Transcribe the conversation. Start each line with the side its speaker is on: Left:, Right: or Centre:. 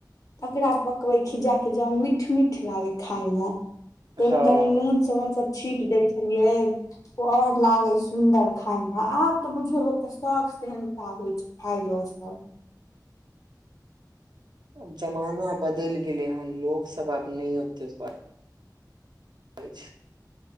Left: तकरा पकबै खिजा खिजा मीठ मीठ लागे खाायमे ताहिमे
Right: हँ
Left: कनि नून सब हमस छीट दै छलियै ओ और लागे सुंदर खााय मे आब तबुझियो लोक के शौख सेहनता होइ छै खाय ल सभ
Right: ब जमाना बदैल गेले हन लोकग सब आब नहि ते ब अछि